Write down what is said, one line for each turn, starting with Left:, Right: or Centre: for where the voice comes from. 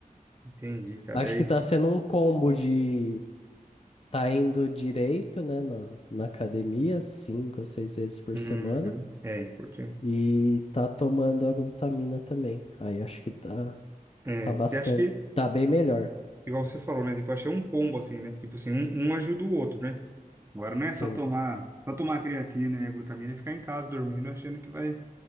Right: Entendi, cara.
Left: Acho
Right: É,
Left: que tá sendo um combo de tá indo direito, né, na, na academia, cinco ou seis vezes por
Right: Uhum.
Left: semana,
Right: É importante.
Left: e tá tomando a glutamina também. Aí acho que tá
Right: É,
Left: Tá bastante.
Right: porque acho que
Left: Tá bem melhor,
Right: igual você falou, né? Tipo, achei um combo assim, né? Tipo assim, um, um ajuda o outro, né? Agora não é só
Left: sim.
Right: tomar, só tomar creatina e a glutamina e ficar em casa dormindo achando que vai,